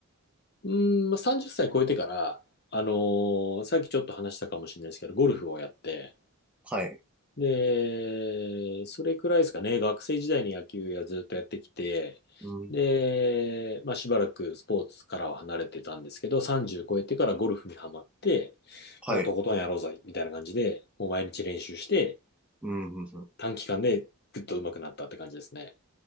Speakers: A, on the left; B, in the centre.
A: うん、まあ、30歳超えてから、あのーさっきちょっと話したかもしれないですけど、ゴルフをやって、
B: はい。
A: で、それくらいですかね、学生時代に野球をずっとやってきて、
B: うん。
A: で、まあ、しばらくスポーツからは離れてたんですけど、30超えてからゴルフにはまって、
B: はい。
A: もうとことんやろうぜ、みたいな感じで、もう毎日練習して、
B: うん、うんうん。
A: 短期間でぐっと上手くなったって感じですね。